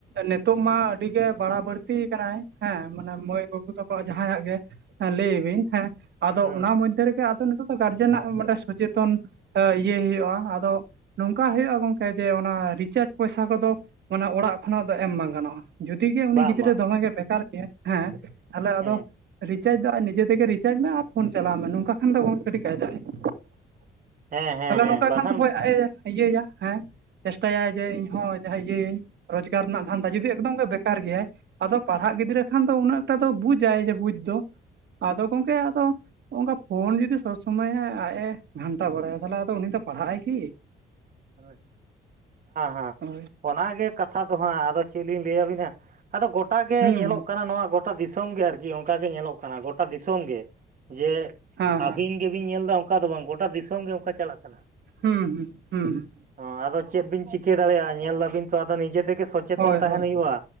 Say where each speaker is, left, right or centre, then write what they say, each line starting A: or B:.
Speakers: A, on the right (about 60°); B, on the right (about 45°).
A: ᱱᱤᱛᱚᱜ ᱢᱟ ᱟᱹᱰᱤ ᱜᱮ ᱵᱟᱲᱟ ᱵᱟᱹᱲᱛᱤ ᱠᱟᱱᱟᱭ ᱦᱮᱸ ᱢᱟᱱᱮ ᱢᱟᱹᱭ ᱵᱟᱹᱵᱩ ᱛᱟᱠᱚ ᱡᱟᱦᱟᱸᱭᱟᱜ ᱜᱮ ᱦᱮᱸ ᱞᱟᱹᱭ ᱵᱤᱱ ᱦᱮᱸ ᱟᱫᱚ
B: ᱦᱩᱸ
A: ᱚᱱᱟ ᱢᱚᱫᱽᱫᱷᱮ ᱨᱮᱜᱮ ᱟᱫᱚ ᱱᱤᱛᱚᱜ ᱜᱟᱨᱡᱮᱱᱟᱜ ᱢᱤᱫᱴᱟᱝ ᱥᱚᱪᱮᱛᱚᱱ ᱮ ᱤᱭᱟᱹᱭ ᱦᱩᱭᱩᱜᱼᱟ ᱟᱫᱚ ᱱᱚᱝᱠᱟ ᱦᱩᱭᱩᱜᱼᱟ ᱜᱚᱝᱠᱮ ᱡᱮ ᱚᱱᱟ ᱨᱤᱪᱟᱨᱡᱽ ᱯᱚᱭᱥᱟ ᱠᱚᱫᱚ ᱢᱟᱱᱮ ᱚᱲᱟᱜ ᱠᱷᱚᱱᱟᱜ ᱫᱚ ᱮᱢ ᱵᱟᱝ ᱜᱟᱱᱚᱜᱼᱟ ᱾ ᱡᱩᱫᱤ ᱜᱮ ᱩᱱᱤ
B: ᱵᱟᱝ
A: ᱜᱤᱫᱽᱨᱟᱹ
B: ᱵᱟᱝ
A: ᱫᱚᱢᱮᱜᱮ ᱵᱮᱠᱟᱨ ᱜᱮᱭᱟ ᱦᱮᱸ ᱛᱟᱦᱚᱞᱮ
B: ᱦᱩᱸ
A: ᱟᱫᱚ ᱨᱤᱪᱟᱨᱡᱽ ᱫᱚ ᱟᱡ ᱱᱤᱡᱮ ᱛᱮᱜᱮ ᱨᱤᱪᱟᱨᱡᱽ ᱢᱮ ᱟᱨ ᱯᱷᱳᱱ ᱪᱟᱞᱟᱣ ᱢᱮ ᱱᱚᱝᱠᱟ ᱠᱷᱟᱱ ᱫᱚ ᱠᱟᱹᱴᱤᱡ ᱠᱟᱭ ᱫᱟᱜ ᱟᱭ ᱾
B: ᱦᱮᱸ ᱦᱮᱸ
A: ᱛᱟᱦᱚᱞᱮ
B: ᱦᱮᱸ
A: ᱱᱚᱝᱠᱟ
B: ᱵᱟᱠᱷᱟᱱ
A: ᱠᱷᱟᱱ ᱫᱚ ᱦᱚᱭ ᱟᱡ ᱤᱭᱟᱹᱭᱟ ᱦᱮᱸ ᱪᱮᱥᱴᱟᱭᱟᱭ ᱡᱮ ᱤᱧᱦᱚ ᱡᱟᱦᱟᱸ ᱤᱭᱟᱹᱭᱟᱹᱧ ᱨᱳᱡᱽᱜᱟᱨ ᱨᱮᱱᱟᱜ ᱫᱷᱟᱱᱫᱟ ᱡᱩᱫᱤ ᱮᱠᱫᱚᱢ ᱜᱮ ᱵᱮᱠᱟᱨ ᱜᱮᱭᱟᱭ ᱟᱫᱚ ᱯᱟᱲᱦᱟᱜ ᱜᱤᱫᱽᱨᱟᱹ ᱠᱷᱟᱱ ᱫᱚ ᱩᱱᱟᱹᱜ ᱮᱠᱴᱟ ᱫᱚ ᱵᱩᱡᱟᱭ ᱡᱮ ᱵᱩᱡ ᱫᱚ ᱾ ᱟᱫᱚ ᱜᱚᱝᱠᱮ ᱟᱫᱚ ᱦᱚᱜᱼᱚᱝᱠᱟ ᱯᱷᱳᱱ ᱡᱩᱫᱤ ᱥᱚᱵᱽ ᱥᱚᱢᱚᱭ ᱮ ᱟᱡ ᱮ ᱜᱷᱟᱱᱴᱟ ᱵᱟᱲᱟᱭᱟ ᱛᱟᱦᱚᱞᱮ ᱟᱫᱚ ᱩᱱᱤ ᱫᱚ ᱯᱟᱲᱦᱟᱜ ᱟᱭ ᱠᱤ!
B: ᱦᱮᱸ ᱦᱮᱸ
A: ᱦᱳᱭ
B: ᱚᱱᱟᱜᱮ ᱠᱟᱛᱷᱟ ᱫᱚ ᱦᱟᱸᱜ ᱟᱫᱚ ᱪᱮᱫ ᱞᱤᱧ ᱞᱟᱹᱭ ᱟᱹᱵᱤᱱᱟ ᱾ ᱟᱫᱚ ᱜᱚᱴᱟᱜ ᱜᱮ
A: ᱦᱩᱸ
B: ᱧᱮᱞᱚᱜ ᱠᱟᱱᱟ ᱱᱚᱣᱟ ᱜᱚ ᱴᱟ ᱫᱤᱥᱚᱢ ᱜᱮ ᱟᱨᱠᱤ ᱚᱝᱠᱟ ᱜᱮ ᱧᱮᱞᱚᱜ ᱠᱟᱱᱟ ᱜᱚᱴᱟ ᱫᱤᱥᱚᱢ ᱜᱮ ᱡᱮ
A: ᱦᱩᱸ ᱦᱮᱸ ᱦᱮᱸ
B: ᱟᱹᱵᱤᱱ ᱜᱮᱵᱤᱱ ᱧᱮᱞ ᱮᱫᱟ ᱚᱝᱠᱟ ᱫᱚ ᱵᱟᱝ ᱜᱚᱴᱟ ᱫᱤᱥᱚᱢ ᱜᱮ ᱚᱝᱠᱟ ᱪᱟᱞᱟᱜ ᱠᱟᱱᱟ ᱾
A: ᱦᱩᱸ ᱦᱩᱸ ᱦᱩᱸ ᱦᱩᱸ ᱾
B: ᱦᱚᱸ ᱟᱫᱚ ᱪᱮᱫ ᱵᱤᱱ ᱪᱤᱠᱟᱹ ᱫᱟᱲᱮᱭᱟᱜᱼᱟ ᱧᱮᱞ ᱫᱟᱵᱤᱱ ᱛᱚ ᱟᱫᱚ ᱱᱤᱡᱮ ᱛᱮᱜᱮ ᱥᱚ ᱪᱮᱛᱚᱱ
A: ᱦᱳᱭ
B: ᱛᱟᱦᱮᱱ
A: ᱦᱳᱭ
B: ᱦᱩᱭᱩᱜᱼᱟ